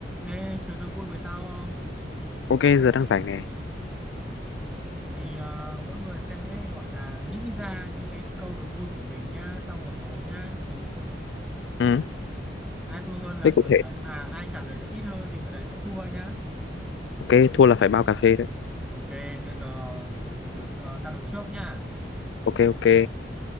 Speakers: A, in the centre; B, on the left.
A: Ê, chơi đố vui với tao không?
B: Ok giờ đang rảnh này.
A: Thì à, mỗi người sẽ gọi là nghĩ ra những cái câu đố vui của mình nhá, xong rồi đố nhá.
B: ừ
A: Ai thua hơn là
B: Thế
A: người
B: cụ
A: đấy,
B: thể.
A: à ai trả lời được ít hơn thì người đấy sẽ thua nhá.
B: Ok thua là phải bao cà phê đấy.
A: Ok, bây giờ mình đố, ờ, tao đố trước nhá.
B: Ok ok.